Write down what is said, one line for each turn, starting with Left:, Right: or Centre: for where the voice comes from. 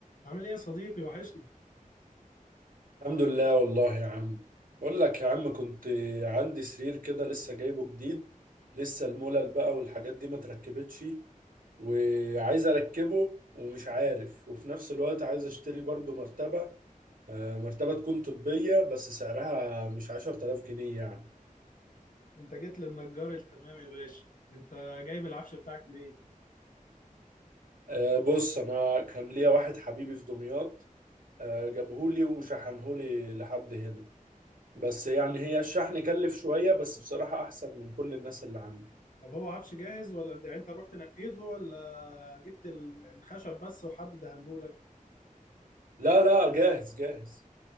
Left: عامل ايه يا صديقي وحشني
Right: الحمد لله والله يا عم بقول لك يا عم كنت عندي سرير كده لسه جايبه جديد لسه الملل بقى والحاجات دي ما تركبتش وعايز اركبه ومش عارف وفي نفس الوقت عايز اشتري برضو مرتبة آه، مرتبة تكون طبية بس سعرها مش 10000 جنيه يعني
Left: انت جيت للنجار التمام يا باشا انت جايب العفش بتاعك منين
Right: آه، بص انا كان ليا واحد حبيبي في دمياط آه، جابهولي وشحنهولي لحد هنا بس يعني هي الشحن كلف شوية بس بصراحة احسن من كل الناس اللي عندي
Left: طب هو عفش جاهز ولا يعني انت رحت نقيته ولا جبت ال- الخشب بس وحد دهنهولك
Right: لا لا جاهز جاهز